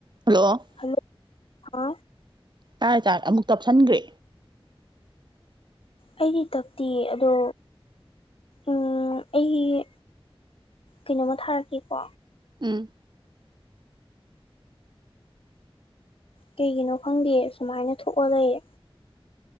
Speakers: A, on the right; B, on the left.
A: Hello
B: hello ꯍꯥ
A: ꯇꯥꯔꯦ ꯇꯥꯔꯦ ꯑꯃꯨꯛ ꯇꯞꯁꯟꯒ꯭ꯔꯦ
B: ꯑꯩꯒꯤ ꯇꯞꯇꯤꯌꯦ ꯑꯗꯣ ꯎꯝ ꯑꯩꯒꯤ ꯀꯩꯅꯣꯝꯃ ꯊꯥꯔꯛꯀꯦꯀꯣ
A: ꯎꯝ
B: ꯀꯩꯒꯤꯅꯣ ꯈꯪꯗꯤꯌꯦ ꯁꯨꯃꯥꯏꯟꯅ ꯊꯣꯛꯑ ꯂꯩꯌꯦ